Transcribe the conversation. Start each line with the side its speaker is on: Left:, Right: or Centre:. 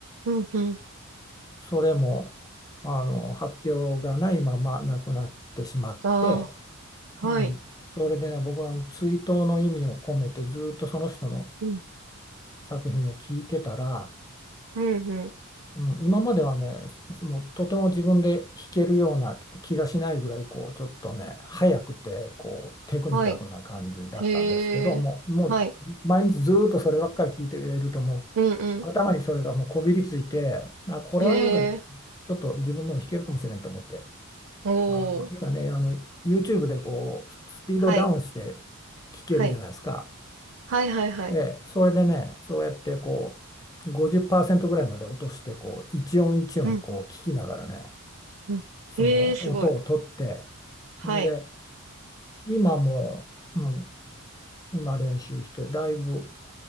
Right: うん、うん。
Left: それも、あの、発表がないまま亡くなってしまって、
Right: ああ、
Left: うん、
Right: はい。
Left: それでね、僕は追悼の意味を込めてずっとその人の
Right: うん、
Left: 作品を聞いてたら、
Right: うん、うん。
Left: うん、今まではね、もうとても自分で弾けるような気がしないぐらい、こう、ちょっとね、速くて、こう、テクニカルな感じだったんですけど、
Right: はい。へえ、
Left: もう、もう毎日ずーっとそればっかり聞いてると、
Right: はい。
Left: も
Right: うん、
Left: う、
Right: う
Left: 頭にそれがもうこびりついて、あ、これはなんか、
Right: ん。へえ、
Left: ちょっと自分でも弾けるかもしれんと思って、
Right: おー。
Left: あの、今ね、あの、YouTube でこう、スピードダウンして
Right: はい、
Left: 聴けるじゃないですか。
Right: はい。はい、はい、はい。
Left: ええ、それでね、そうやってこう、50%ぐらいまで落として、こう、一音一音こう聞きながらね、
Right: うん、うん。
Left: その音を取って、
Right: へえ、すごい。はい。
Left: んで、今もう、うん、今練習して、だいぶ